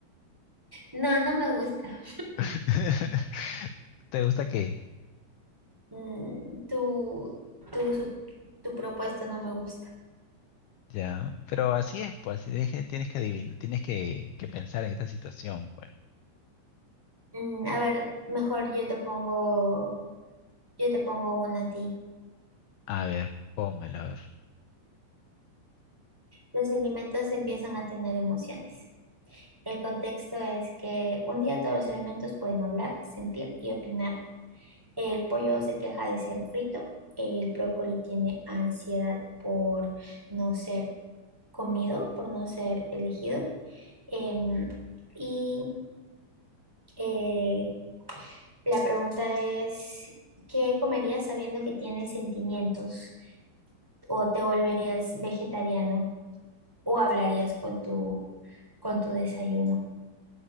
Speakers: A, in the centre; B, on the left.
A: no, no me gusta.
B: <laughs> ¿Te gusta qué?
A: Mm, tu, tu, su- tu propuesta no me gusta.
B: Ya, pero así es, pues, así deje- tienes que adivinar, tienes que, que pensar en esta situación, pues.
A: Mm, a ver, mejor yo te pongo, yo te pongo una a ti.
B: A ver, pónmelo, a ver.
A: Los alimentos empiezan a tener emociones. El contexto es que un día todos los alimentos pueden hablar, sentir y opinar. El pollo se queja de ser frito. El brócoli tiene ansiedad por no ser comido, por no ser elegido. Em, y eh, la pregunta es, ¿qué comerías sabiendo que tienes sentimientos? ¿O te volverías vegetariano? ¿O hablarías con tu, con tu desayuno?